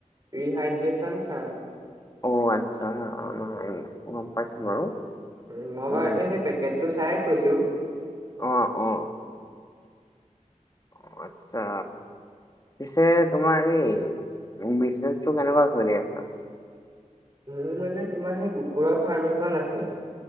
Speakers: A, on the right (about 25°); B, on the left (about 25°).
A: ৰিহাইড্ৰেশচন চাল্ট।
B: অ আচ্ছা হা অ হে এম গম পাইছো বাৰু
A: উ মই
B: উম,
A: বাৰুটো সেই পেকেট টো চাই কৈছো
B: অ অ। অ আচ্ছা। পিছে তোমাৰ এই বিজনেচটো কেনেকুৱা চলি আছা?
A: মোৰ মানে তোমাৰ সেই কুকুৰৰ ফাৰ্ম এখন আছে